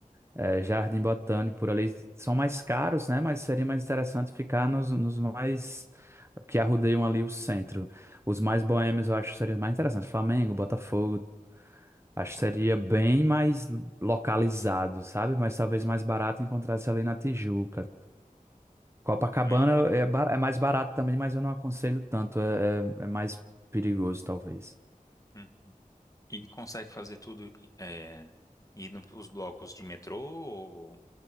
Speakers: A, on the right (about 20°); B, on the left (about 25°).
A: eh, Jardim Botânico, por ali, são mais caros, né? Mas seria mais interessante ficar nos, nos mais que arrudeiam ali o centro. Os mais boêmios eu acho que seria mais interessante. Flamengo, Botafogo, acho que seria bem mais localizado, sabe? Mas talvez mais barato encontrar-se ali na Tijuca. Copacabana
B: Imaginei.
A: é, bar- é mais barato também, mas eu não aconselho tanto. É, é- é mais perigoso, talvez.
B: Uhum. E consegue fazer tudo é, indo os blocos de metrô ou,